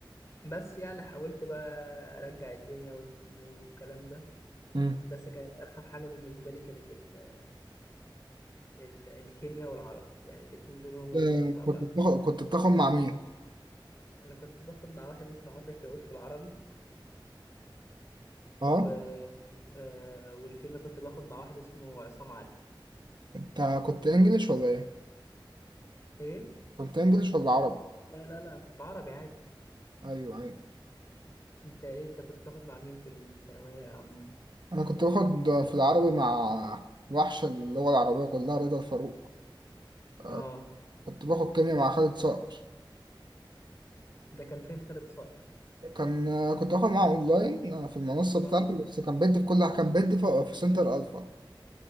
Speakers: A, on the left (about 35°); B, on the right (about 60°).
A: بس يعني حاولت بقى ارجع الدنيا وال- والكلام ده
B: مم.
A: بس كانت ارخم حاجه بالنسبه لي كانت ال ال الكيمياء والعربي يعني الاتنين دول هم
B: آه،
A: اللي كانوا صعب
B: كنت
A: أوي
B: بتاخد كنت بتاخد مع مين؟
A: انا كنت باخد مع واحد اسمه عاطف يقود في العربي
B: اه
A: و... آه، والكيمياء كنت باخد مع واحد اسمه عصام علي
B: انت كنت انجليش ولا ايه؟
A: ايه
B: كنت انجليش ولا عربي؟
A: لا لا لا انا كنت عربي عادي
B: ايوه ايوه
A: انت ايه انت كنت تاخد مع مين في الثانويه يا عمو
B: انا كنت باخد في العربي مع وحش اللغه العربيه كلها رضا الفاروق آه،
A: اه
B: كنت باخد كيمياء مع خالد صقر
A: ده كان فين خالد صقر
B: كان آه، كنت باخد معاه اونلاين آه، في المنصه
A: اه
B: بتاعتي بس كان بيدي في كل كان بيدي في في سنتر الفا